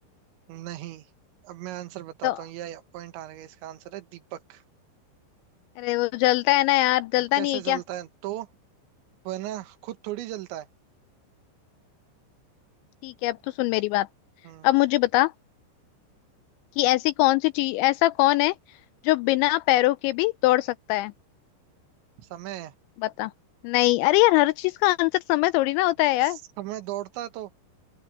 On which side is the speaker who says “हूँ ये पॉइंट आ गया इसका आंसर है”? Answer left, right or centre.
Right